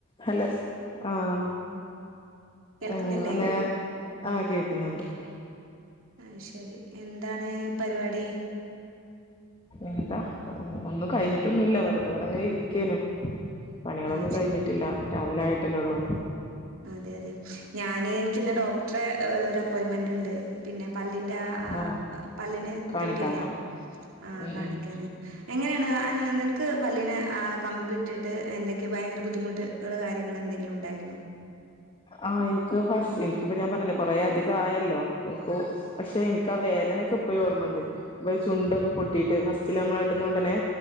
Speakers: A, on the left (about 25°); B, on the right (about 70°).
A: Hello ആഹ്
B: കേൾക്കുന്നില്ലേ
A: ആഹ് അതേ ആഹ് കേൾക്കുന്നുണ്ട്
B: അയ് ശരി. എന്താണ് പരിപാടി?
A: എന്താ ഒന്നും കഴിഞ്ഞിട്ടൊന്നുമില്ല, വെറുതെ ഇവിടെ അങ്ങനെ ഇരിക്കേനു. പണികളൊന്നും
B: ആ
A: കഴിഞ്ഞിട്ടില്ല.
B: ശരി
A: രാവിലെ ആയിട്ടല്ലേ ഉള്ളൂ.
B: അതെ അതെ. ഞാന് എനിക്കിന്ന് ഡോക്ടറെ ഒരു അപ്പോയിൻറ്മെന്റ് ഉണ്ട്, പിന്നെ പല്ലിൻ്റെ ആ
A: ആഹ്
B: പല്ലിന്
A: കാണിക്കാനാ
B: ഇതിട്ടില്ലേ, ആഹ്
A: ഉം
B: കാണിക്കാന്
A: ഉം
B: എങ്ങനെയാണ് നിനക്ക് പല്ലിന് കമ്പി ഇട്ടിട്ട് എന്തൊക്കെയാ ഭയങ്കര ബുദ്ധിമുട്ട് കള് കാര്യങ്ങള് എന്തെങ്കിലും ഉണ്ടായിരുന്നോ?
A: ആഹ് എനിക്ക് ഫസ്റ്റ് എനിക്കിപ്പം ഞാൻ പറഞ്ഞില്ലേ കൊറേ അധികം ആയല്ലോ എനിക്ക് പക്ഷെ എനിക്ക് ആ വേദനയൊക്കെ ഇപ്പഴും ഓർമ്മയുണ്ട്, ഇവിടെ ചുണ്ടൊക്കെ പൊട്ടിയിട്ട് ഫസ്‌ റ്റില് നമ്മള് ഇടുന്ന ഉടനെ